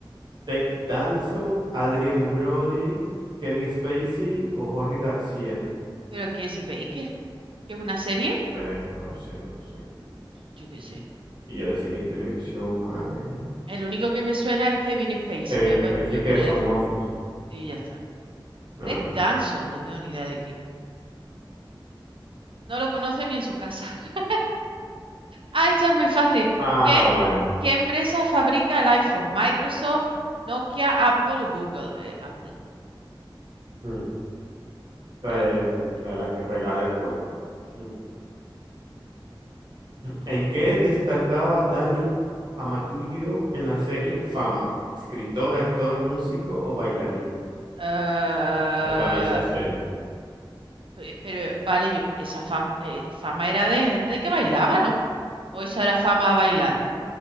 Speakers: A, on the right; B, on the right.
A: ¿Ted Danson, Adrien Brody, Kevin Spacey o Jorge García?
B: ¿pero qué es Baker? ¿Qué es una serie?
A: Eh, no lo sé, no lo sé.
B: Yo qué sé.
A: Y yo de cine y televisión, mal, ¿eh?
B: El único que me suena es Kevin Spacey.
A: Kevin
B: Voy a, po-
A: Spacey,
B: voy a poner
A: que es famoso,
B: este.
A: sí.
B: Y ya está.
A: Ah,
B: Ted Danson, no tengo ni idea de quién es. No lo conoce ni en su casa. <laughs> Ah, esta es muy fácil.
A: Ah,
B: ¿Qué,
A: bueno.
B: qué empresa fabrica el iPhone? Microsoft, Nokia, Apple o Google. Eh, Apple.
A: Hmm. Esta
B: Ah,
A: es
B: sí.
A: la, la que regala el juego, ¿no? ¿En qué destacaba Dani Amatullo en la serie Fama? ¿Escritor, actor, músico o bailarín?
B: Ah,
A: Nunca vi esa serie. No
B: pe- pero vale, yo, esa fam- eh, fama era de gente que bailaba, ¿no? ¿O eso era fama a bailar?